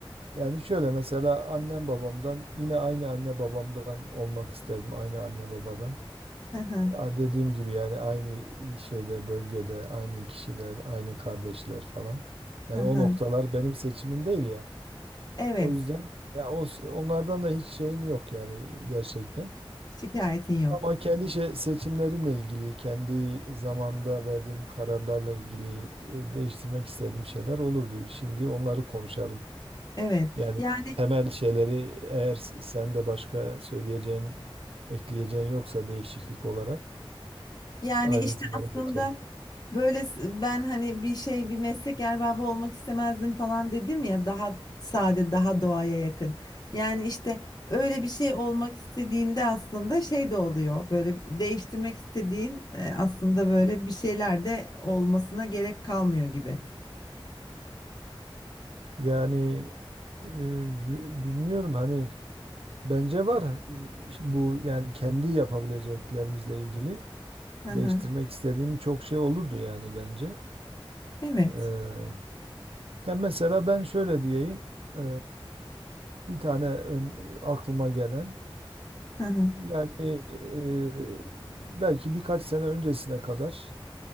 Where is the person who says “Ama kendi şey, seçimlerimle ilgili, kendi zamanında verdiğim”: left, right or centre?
Right